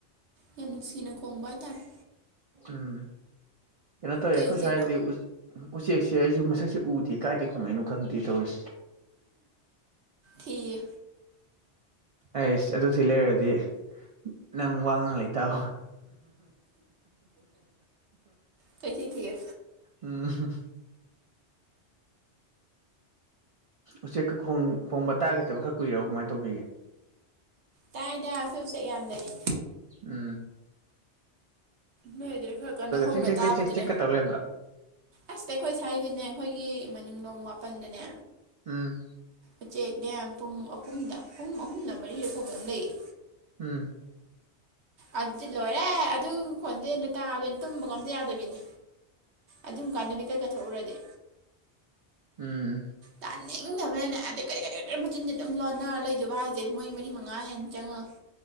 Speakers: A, on the right; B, on the right.
A: ꯌꯥꯝ ꯅꯨꯡꯁꯤꯅ ꯈꯣꯡꯕ ꯍꯥꯏꯇꯥꯔꯦ
B: ꯎꯝ ꯀꯩꯅꯣꯇꯣ
A: ꯀꯩ
B: ꯑꯦꯈꯣꯏ
A: ꯎꯆꯦꯛꯅꯣ
B: ꯁꯥꯏꯗꯤ ꯎꯆꯦꯛꯁꯦ ꯑꯩꯁꯨ ꯃꯁꯛꯁꯦ ꯎꯗꯦ ꯀꯥꯏꯗꯦ ꯈꯣꯡꯉꯅꯣ ꯈꯪꯗꯤꯤ ꯇꯧꯔꯤꯁꯤ
A: ꯊꯤꯌꯦ
B: ꯑꯩꯁ ꯑꯗꯨꯗꯤ ꯂꯩꯔꯗꯤ ꯅꯪ ꯋꯥ ꯉꯥꯡ ꯂꯩꯇꯥꯕꯣ
A: ꯀꯩꯊꯤ ꯊꯤꯌꯦ
B: ꯎꯝ ꯍ ꯎꯆꯦꯛꯀ ꯈꯣꯡꯕ ꯇꯥꯈꯤꯗꯕ ꯈꯔ ꯀꯨꯏꯔꯣ ꯀꯃꯥꯏꯅ ꯇꯧꯕꯤꯒꯦ
A: ꯇꯥꯏꯗ ꯑꯩꯈꯣꯏ ꯎꯆꯦꯛ ꯌꯥꯝ ꯂꯩꯩ
B: ꯑ
A: ꯅꯣꯏꯗꯅ ꯈꯔ ꯀꯟꯅ ꯍꯧꯅ
B: ꯆꯦꯛ ꯆꯦꯛ ꯆꯦꯛ
A: ꯇꯥꯕꯗꯨꯗ
B: ꯆꯦꯛ ꯆꯦꯛꯀ ꯇꯧ ꯂꯩꯔꯝꯗ꯭ꯔꯣ
A: ꯑꯁꯇ ꯑꯩꯈꯣꯏ ꯁ ꯍꯥꯏꯁꯦꯅꯦ ꯑꯩꯈꯣꯏꯒꯤ ꯃꯅꯤꯡꯂꯣꯡꯝ ꯃꯥꯄꯟꯗꯅꯦ
B: ꯎꯝ
A: ꯎꯆꯦꯛꯅꯦ ꯄꯨꯡ ꯑꯍꯨꯝꯗ ꯄꯨꯡ ꯑꯍꯨꯝꯗ ꯃꯔꯤ ꯑ ꯊꯣꯛꯣꯡꯕ ꯑꯗꯨꯝ ꯂꯩꯌꯦ
B: ꯎꯝ
A: ꯑꯗꯨꯗꯤ ꯂꯣꯏꯔꯦ ꯑꯗꯨ ꯈꯣꯟꯖꯦꯜꯗ ꯇꯥꯕꯗꯣꯏ ꯇꯨꯝꯕꯒ ꯑꯝꯇ ꯌꯥꯗꯕꯤꯅꯦ ꯑꯗꯨꯝ ꯀꯥꯟꯅꯃꯤ ꯀꯩ ꯀꯥꯊꯣꯛꯎꯔꯗꯤ
B: ꯎꯝ
A: ꯇꯟꯅ ꯉ ꯃꯅꯦ ꯀꯔꯤ ꯀꯔꯤ ꯃꯆꯤꯟꯗꯦ ꯑꯗꯨꯝ ꯂꯣꯟꯅꯔ ꯂꯩꯗꯕ ꯍꯥꯏꯗꯤꯦ ꯃꯣꯏ ꯃꯔꯤ ꯃꯉꯥ ꯍꯦꯟꯅ ꯆꯪꯉꯣ